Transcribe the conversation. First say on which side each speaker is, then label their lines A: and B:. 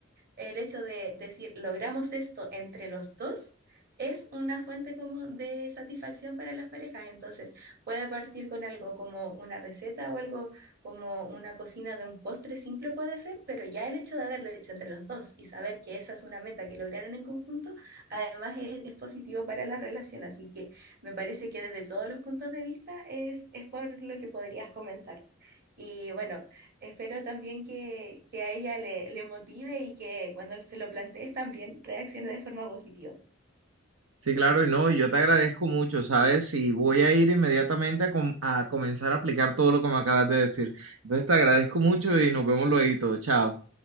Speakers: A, on the right; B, on the right.
A: el hecho de decir, logramos esto entre los dos, es una fuente como de satisfacción para las parejas. Entonces, puede partir con algo como una receta o algo como una cocina de un postre simple puede ser, pero ya el hecho de haberlo hecho entre los dos y saber que esa es una meta que lograron en conjunto, además es, es positivo para la relación. Así que me parece que desde todos los puntos de vista es, es por lo que podrías comenzar. Y bueno, Espero también que, que a ella le, le motive y que cuando se lo plantees también reaccione de forma positiva.
B: Sí, claro, y no, yo te agradezco mucho, ¿sabes? Y voy a ir inmediatamente a, com- a comenzar a aplicar todo lo que me acabas de decir. Entonces te agradezco mucho y nos vemos luego. Chao.